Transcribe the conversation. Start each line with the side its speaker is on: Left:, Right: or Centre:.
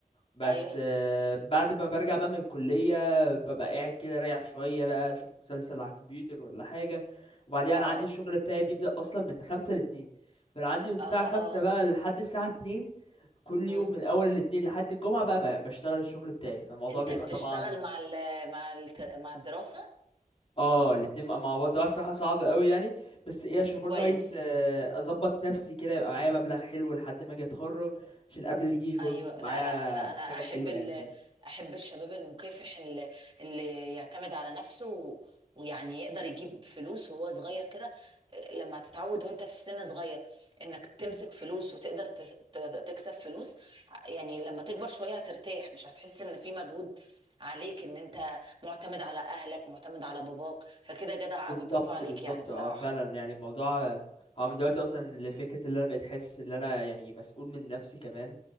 Left: بس
Right: ايوه
Left: آه، بعد ما برجع بقى من الكليه ببقى قاعد كده رايح شويه بقى اشوف مسلسل على الكمبيوتر ولا حاجه وبعدين انا
Right: اه
Left: عندي الشغل بتاعي بيبدا اصلا من خمسة لاتنين فانا عندي من الساعه
Right: اه
Left: خمسة
Right: اه
Left: بقى لحد الساعه اتنين كل
Right: مم.
Left: يوم من اول الاتنين لحد الجمعه بقى, بقى بشتغل الشغل بتاعي فالموضوع
Right: انت
Left: بيبقى
Right: بتشتغل
Left: طبعا
Right: مع ال مع ال مع الدراسه
Left: اه الاتنين بقى مع بعض ده الصراحة صعب قوي يعني بس ايه
Right: بس
Left: عشان
Right: كويس
Left: برضه عايز آه، اظبط نفسي كده يبقى معايا مبلغ حلو لحد ما اجي اتخرج عشان قبل الجيش برضه
Right: ايوه
Left: يكون معايا
Right: لا لا لا انا
Left: حاجة
Right: احب
Left: حلوة
Right: ال...
Left: يعني كده
Right: احب الشباب المكافح اللي, اللي يعتمد على نفسه و... ويعني يقدر يجيب فلوس وهو صغير كده لما تتعود وانت في سن صغير انك تمسك فلوس وتقدر تس- ت... تكسب فلوس يعني لما تكبر شوية هترتاح مش هتحس ان في مجهود عليك ان انت معتمد على اهلك معتمد على باباك فكده جدع
Left: بالظبط
Right: قوي برافو عليك
Left: بالظبط
Right: يعني بصراحة
Left: اه فعلا يعني الموضوع اه من دلوقتي اصلا لفكرة اللي انا بقيت حاسس ان انا يعني مسؤول من نفسي كمان